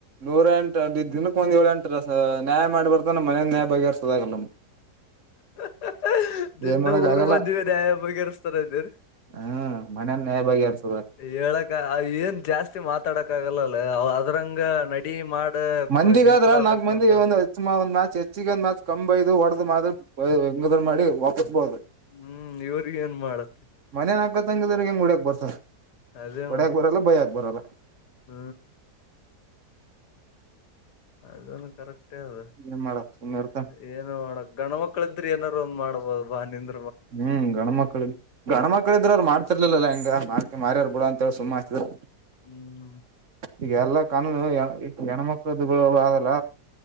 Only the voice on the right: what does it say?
ನೂರ ಎಂಟ ದಿನಕ್ಕೆ ಒಂದ್ ಏಳ ಎಂಟ ನ್ಯಾಯ ಮಾಡಿ ಬರ್ತನ ಮಾನ್ಯದ ನ್ಯಾಯ ಬಗೆ ಹರ್ಸೋದಾಗಲ್ಲ
ಏನ್ ಮಾಡಕ್
ಆಗಲ್ಲ
ಹು ಮನ್ಯಾನ ನ್ಯಾಯಾ ಬಗೆಹರ್ಸ.
ಮಂದಿಗ
ಆದ್ರ
ನಾಕ್ ಮಂದಿ
ಒಂದ ಮ್ಯಾಚ್ ಹೆಚ್ಚಿಗ ಒಂದ ಮ್ಯಾಚ್ ಕಂಬೈದು ಹೊಡುದು ಮಾರ. ಬೈಬೇಕ ಇದನ್ನ ಮಾಡಿದ್ರ ಒಪ್ಪಬಹುದು.
ಮನ್ಯಾನ ಅಕ್ಕಾ ತಂಗಿಯರಿಗೆ ಹೆಂಗ ಹೊಡ್ಯಾಕ ಬರ್ತದ.
ಹೊಡ್ಯಕ್
ಬರಲ್ಲ ಬೈಯಕ್ ಬರಲ್ಲ
ಏನ್ ಮಾಡಕ್ ಸುಮ್ನೆ ಇರ್ತಾನ
ಹು ಗಣಮಕ್ಕಳಿಗೆ. ಗಣಮಕ್ಳ ಇದ್ರರು ಅವರು ಮಾಡ್ತಿರ್ಲಿಲ್ಲ ಹಿಂಗ ಆಸ್ತಿ ಮಾರ್ಯಾರ ಬಿಡ ಅಂತ ಹೇಳಿ ಸುಮ್ಮಆಕಿದ್ರು.
ಈಗ ಎಲ್ಲಾ ಕಾನೂನು ಈ ಹೆಣ್ಮಕ್ಳ್ದುಗಳು ಆದವಲ್ಲ.